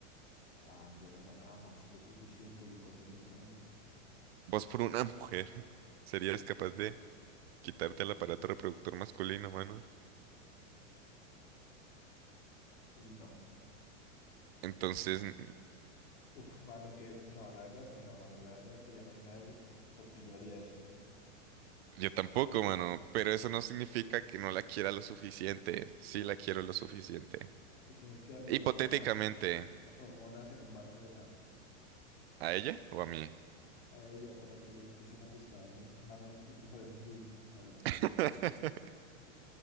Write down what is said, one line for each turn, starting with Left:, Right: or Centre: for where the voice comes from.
Left: Ah, entonces no la amas lo suficiente, hipotéticamente.
Right: Vos por una mujer, <laughs> ¿serías capaz de quitarte el aparato reproductor masculino, mano?
Left: No.
Right: Entonces, mm,
Left: Uf, mano, que... No, la verdad es que no, mano. La verdad es que ya no hay nadie por quien yo haría eso.
Right: yo tampoco, mano, pero eso no significa que no la quiera lo suficiente. Sí la quiero lo suficiente.
Left: Pues tienes que darle
Right: Hipotéticamente,
Left: hormonas. hormonas en un vaso de agua
Right: ¿a ella o a mí?
Left: a ella para que le empiecen a gustar los... Mano, esto parece un crimen, la verdad.
Right: <laughs>